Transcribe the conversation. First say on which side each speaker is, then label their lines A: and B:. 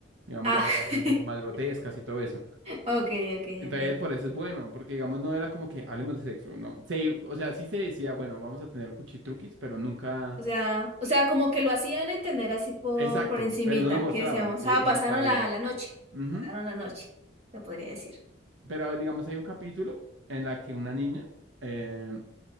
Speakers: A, on the right (about 70°); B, on the right (about 35°).
A: Digamos,
B: Ah.
A: ya podían ser
B: <laughs>
A: un poco más grotescas y todo eso.
B: Ok, ok,
A: Entonces,
B: ok.
A: por eso es bueno, porque digamos, no era como que hablemos de sexo, no. Sí, o sea, sí se decía, bueno, vamos a tener cuchitruquis, pero nunca,
B: O sea, o sea, como que lo hacían entender así por,
A: exacto,
B: por encimita,
A: pero no lo mostraban,
B: que decíamos,
A: e-
B: ah,
A: eso
B: pasaron
A: estaba bien.
B: la, la noche,
A: Ujú.
B: pasaron la noche, se podría decir.
A: Pero digamos, hay un capítulo en la que una niña, eh,